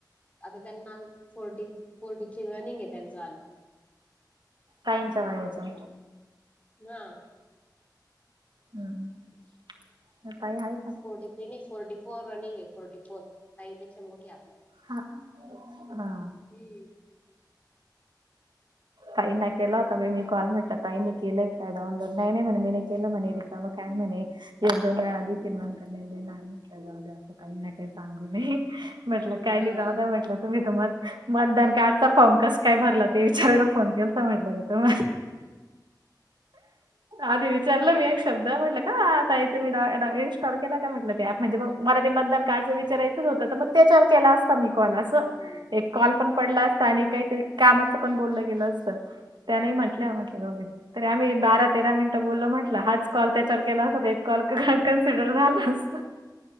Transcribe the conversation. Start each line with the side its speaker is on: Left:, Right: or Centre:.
Left: आता त्यांना फोर्टी, फोर्टी थ्री रनिंग आहे त्यांचं आलं
Right: टाईमचा <unintelligible>
Left: हा.
Right: हं. त्या ताई हाईत.
Left: फोर्टी थ्री नाही, फोर्टी फोर रनिंग आहे, फोर्टी फोर. ताई पेक्षा मोठी आहे आपल्या.
Right: हा हा.
Left: हम्म
Right: ताईंना केला होत म मी कॉल म्हटलं ताईंनी केलंय का डाउनलोड? नाही नाही म्हणे, मी नाही केला मने रिकामा काय म्हणे. एक दोन वेळा आधी ती नंत नाही देणार म्हंटलं जाऊ दे. असं ताईंना काही सांगू नये म्हटलं. काही
Left: हा हा
Right: नाही जाऊ द्या म्हटलं तुम्ही तर म मतदान कार्डचा फॉर्म कस काय भरला? ते विचारायला फोन के लता म्हटलं मी तुम्हाला. आधी विचारलं
Left: हा
Right: मी एक शब् द म्हटलं का आता <unintelligible> इस्टॉल केला का म्हटलं ते ॲप मध्ये? मला
Left: हा.
Right: ते मतदान कार्डच विचारायचच होतं, तर मग त्याचार केला असता मी कॉल अस
Left: हम्म
Right: एक कॉल पण पडला असता आणि काहीतरी कामाचंपण बोललं गेलं असतं. त्याने नाही म्हटल्या
Left: हा.
Right: म्हट ल जाऊदे. तरी आम्ही बारा तेरा मिनिटं बोललो म्हटलं, हाच कॉल त्याच्यावर केला असता कॉल का कन्सिडर झाला असता.